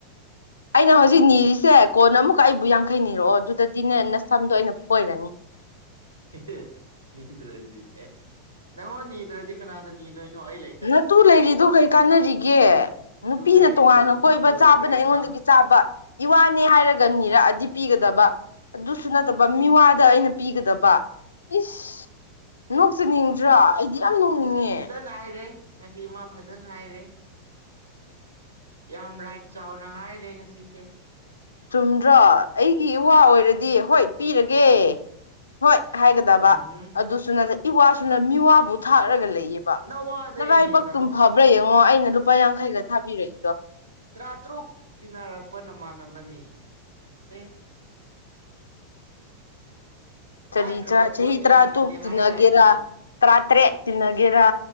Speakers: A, on the left; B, on the right.
A: ꯑꯩꯅ ꯍꯧꯖꯤꯛ ꯅꯤꯔꯤꯁꯦ ꯀꯣꯟꯅ ꯑꯃꯨꯛꯀ ꯑꯩꯕꯨ ꯌꯥꯡꯈꯩ ꯅꯤꯔꯛꯑꯣ ꯑꯗꯨꯗꯗꯤꯅꯦ ꯁꯝꯗꯣ ꯑꯩꯅ ꯐꯣꯏꯔꯅꯤ꯫
B: ꯑꯦ ꯅꯤꯗ꯭ꯔꯗꯤ ꯑꯦ ꯅꯪꯉꯣꯟ ꯅꯤꯗ꯭ꯔꯗꯤ ꯀꯅꯥꯗ ꯅꯤꯗꯣꯏꯅꯣ ꯑꯩ ꯂꯩ
A: ꯅꯠꯇꯨ ꯂꯩꯔꯤꯗꯣ ꯀꯩ ꯀꯥꯟꯅꯔꯤꯒꯦ
B: ꯏꯇꯨ
A: ꯅꯨꯄꯤꯅ
B: ꯂꯩꯔꯤꯗꯣ
A: ꯇꯣꯉꯥꯟꯅ
B: ꯏꯇꯨ
A: ꯀꯣꯏꯕ
B: ꯂꯣꯏꯈ꯭ꯔꯦ
A: ꯆꯥꯕꯅ ꯑꯩꯉꯣꯟꯗꯒꯤ
B: ꯊꯥꯡ
A: ꯆꯥꯕ꯫ ꯏꯋꯥꯅꯦ ꯍꯥꯏꯔꯒ ꯅꯤꯔꯛꯑꯗꯤ ꯄꯤꯒꯗꯕ ꯑꯗꯨꯁꯨ ꯅꯠ ꯇꯕ ꯃꯤꯋꯥꯗ ꯑꯩꯅ ꯄꯤꯒꯗꯕ ꯏꯁ꯫ ꯅꯣꯛꯆꯅꯤꯡꯗ꯭ꯔꯥ ꯑꯩꯗꯤ ꯌꯥꯝ ꯅꯣꯛꯅꯤꯡꯉꯦ꯫
B: ꯅꯥꯏꯔꯦ ꯉꯁꯤ ꯃꯥ ꯐꯖꯅ ꯍꯥꯏꯔꯦ꯫ ꯌꯥꯝ ꯔꯥꯏꯠ ꯆꯥꯎꯅ ꯍꯥꯏꯔꯦ ꯉꯁꯤꯁꯦ꯫
A: ꯆꯨꯝꯗ꯭ꯔꯣ ꯑꯩꯒꯤ ꯏꯋꯥ ꯑꯣꯏꯔꯗꯤ ꯍꯣꯏ ꯄꯤꯔꯒꯦ꯫ ꯍꯣꯏ ꯍꯥꯏꯒꯗꯕ
B: ꯎꯝꯍꯨꯝ
A: ꯑꯗꯨꯁꯨ ꯅꯠꯇꯦ ꯏꯋꯥꯁꯨꯅ ꯃꯤꯋꯥꯕꯨ ꯊꯥꯛꯔꯒ ꯂꯩꯌꯦꯕ ꯕꯥ
B: ꯅꯋꯥꯗꯩ
A: ꯅꯔꯥꯏꯄꯛꯛꯇꯨꯝ
B: ꯍꯦꯟꯅ
A: ꯐꯕ꯭ꯔꯥ ꯌꯦꯡꯉꯣ ꯑꯩꯅ ꯂꯨꯄꯥ ꯌꯥꯡꯈꯩꯒ ꯊꯥꯕꯤꯔꯛꯏꯗꯣ
B: ꯇꯔꯥ ꯇꯔꯨꯛ ꯊꯤꯟꯅꯔꯛꯄ ꯅꯃꯥꯟꯅꯕꯅꯦ ꯑꯦ
A: ꯆꯔꯤ
B: ꯋꯥꯏꯈ꯭ꯔꯕ
A: ꯆ
B: ꯄꯣꯠꯇꯤ
A: ꯆꯍꯤ ꯇꯔꯥ
B: ꯍꯟꯅꯗꯦ
A: ꯇꯨꯛ
B: ꯍꯥꯏꯗꯥꯏ
A: ꯇꯤꯟꯅꯒꯦꯔꯥ
B: ꯃꯤ
A: ꯇꯔꯥ ꯇꯔꯦꯠ ꯇꯤꯟꯅꯒꯦꯔꯥ